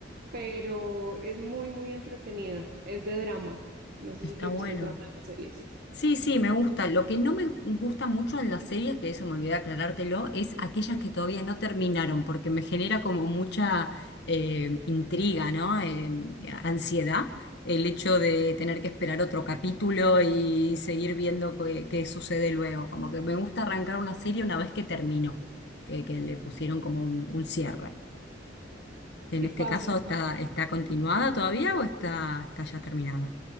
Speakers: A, on the right; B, on the left.
A: pero es muy, muy entretenida. Es de drama. No sé
B: Está
A: si te
B: bueno.
A: gusta el drama en las series.
B: Sí, sí, me gusta. Lo que no me gusta mucho en las series, que eso me olvidé aclarártelo, es aquellas que todavía no terminaron, porque me genera como mucha eh, intriga, ¿no? Eh, ansiedad, el hecho de tener que esperar otro capítulo y seguir viendo qué, qué sucede luego. Como que me gusta arrancar una serie una vez que terminó, que, que le pusieron como un un cierre. En
A: Sí
B: este
A: pasa.
B: caso, ¿está, está continuada todavía o está, está ya terminada?